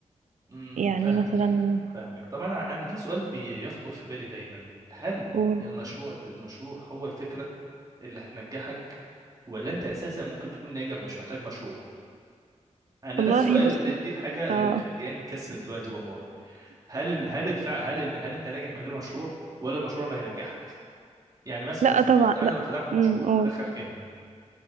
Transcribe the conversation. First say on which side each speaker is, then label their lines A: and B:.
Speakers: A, on the right (about 30°); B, on the right (about 85°).
A: امم
B: يعني
A: فاهمك
B: مثلا
A: <laughs> فاهمك طب انا انا في سؤال بيخطر في بالي دايما هل
B: قول
A: المشروع المشروع هو الفكره اللي هتنجحك ولا انت اساسا ممكن تكون ناجح ومش محتاج مشروع انا
B: والله
A: ده السؤال
B: بص
A: دي, دي الحاجه
B: اه
A: اللي مخلياني مكسل دلوقتي والله هل ال... هل الفع... هل ال... هل انت ناجح من غير مشروع ولا المشروع اللي هينجحك يعني مثلا
B: لا
A: مثلا
B: طبعا
A: انت انا
B: لا
A: لو فتحت مشروع
B: امم قول
A: هدخل كام